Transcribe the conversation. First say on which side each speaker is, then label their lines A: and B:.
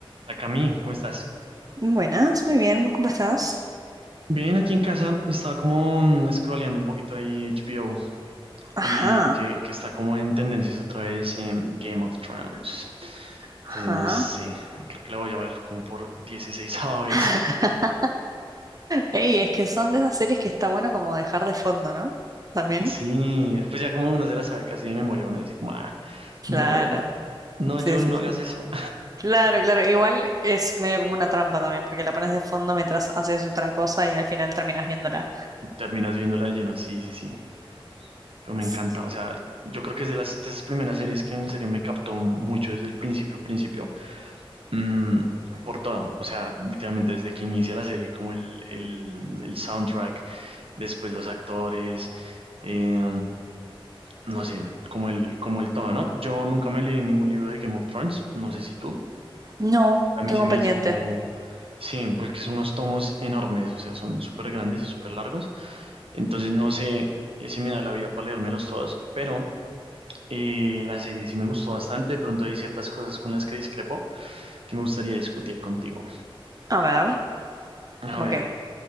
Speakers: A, on the right; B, on the right.
A: La Cami, ¿cómo estás?
B: Buenas, muy bien, ¿cómo estás?
A: Bien, aquí en casa estaba como mm, scrolleando un poquito ahí HBO
B: Ajá,
A: y vi que, que está como en tendencias otra vez en Game of Thrones.
B: ajá.
A: Entonces, no sé, creo que la voy a ver como por 16 vez.
B: <laughs> Ey, es que son de esas series que está bueno como dejar de fondo, ¿no? También.
A: <laughs> Sí, pues ya como uno se la sabe casi de memoria, uno dice como, "Ah,
B: Claro,
A: no, no,
B: sí,
A: yo
B: sí,
A: no
B: sí.
A: hagas eso.
B: Claro, claro. Igual es medio como una trampa también, porque la pones de fondo mientras haces otra cosa y al final terminas viéndola.
A: <laughs> Terminas viéndola de lleno, sí, sí, sí. Pero me
B: Sí,
A: encanta,
B: sí.
A: o sea, yo creo que es de las de esas primeras series que en serio me captó mucho desde el principio, principio. Mm, por todo, o sea, literalmente desde que inicia la serie, como el, el- el soundtrack, después los actores, eh, no sé, como el, como el todo, ¿no? Yo nunca me leí ningún libro de Game of Thrones, no sé si tú,
B: No,
A: a mí
B: tengo
A: se
B: un
A: me
B: pendiente.
A: hizo como, sí, porque son unos tomos enormes, o sea, son súper grandes y súper largos, entonces no sé eh, si me da la vida para leérmelos todos, pero... eh, la serie sí me gustó bastante, de pronto hay ciertas cosas con las que discrepo que me gustaría discutir contigo.
B: A ver,
A: A
B: ¿cómo
A: ver,
B: qué?